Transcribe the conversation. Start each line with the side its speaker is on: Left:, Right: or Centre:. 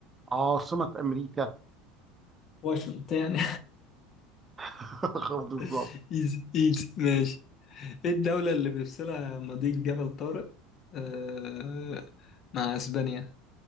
Right: عاصمة أمريكا
Left: واشنطن يعني
Right: <laughs>
Left: <laughs>
Right: بالظبط
Left: ايزي ايزي ماشي ايه الدولة اللي بيفصلها مضيق جبل طارق آه مع اسبانيا